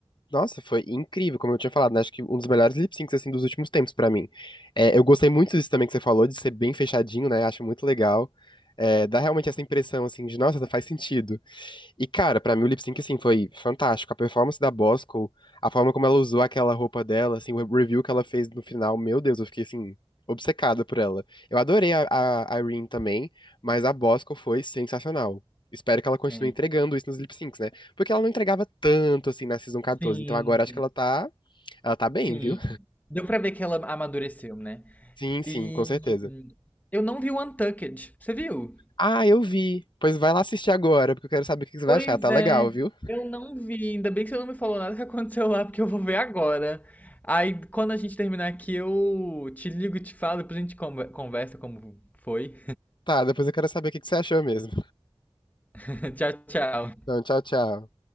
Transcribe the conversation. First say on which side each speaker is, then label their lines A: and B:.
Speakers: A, on the left; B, on the left.
A: Nossa, foi incrível, como eu tinha falado, né? Acho que um dos melhores lip syncs assim dos últimos tempos pra mim. É, eu gostei muito disso também que você falou, de ser bem fechadinho, né? Acho muito legal. É, dá realmente essa impressão assim de, nossa, faz sentido. E cara, pra mim o lip sync assim foi fantástico. A performance da Bosco, a forma como ela usou aquela roupa dela, assim, o review que ela fez no final, meu Deus, eu fiquei assim obcecada por ela. Eu adorei a, a Irene também, mas a Bosco foi sensacional. Espero que ela continue
B: É.
A: entregando isso nos lip syncs, né? Porque ela não entregava tanto assim na Season 14.
B: Sim,
A: Então agora acho que ela tá, ela tá bem,
B: sim.
A: viu?
B: Deu pra ver que ela amadureceu, né?
A: Sim, sim,
B: E
A: com certeza.
B: eu não vi o Untucked. Você viu?
A: Ah, eu vi. Pois vai lá assistir agora, porque eu quero saber o que que você
B: Pois
A: vai achar. Tá
B: é,
A: legal, viu?
B: eu não vi. Ainda bem que você não me falou nada que aconteceu lá, porque eu vou ver agora. Aí, quando a gente terminar aqui, eu te ligo, e te falo, depois a gente conver- conversa como foi.
A: Tá, depois eu quero saber o que que você achou mesmo.
B: <laughs> Tchau, tchau.
A: Então, tchau, tchau.